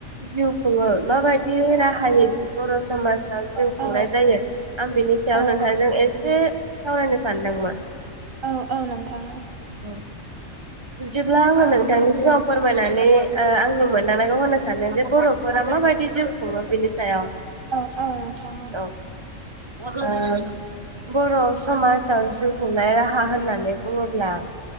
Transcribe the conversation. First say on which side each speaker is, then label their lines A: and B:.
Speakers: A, on the right; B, on the right.
A: जिउ खुङो माबाय जि राहायै
B: औ
A: बर' समाजाव जिउ खुंनाय
B: औ
A: जायो आं बिनि सायाव
B: औ
A: नोंथांजों एसे सावरायनो सानदोंमोन
B: औ औ नोंथाङा
A: औ बिदिब्ला आङो नों थांनि सिगाङाव फोरमायनानै ओ आंनि मोनदांनायखौ होनो सानदों जे बर'फोरा माबायदि जिउ खुङो बेनि सायाव
B: औ औ नोंथां
A: औ ओ बर' समाजाव जिउ खुंनाय राहा होननानै बुङोब्ला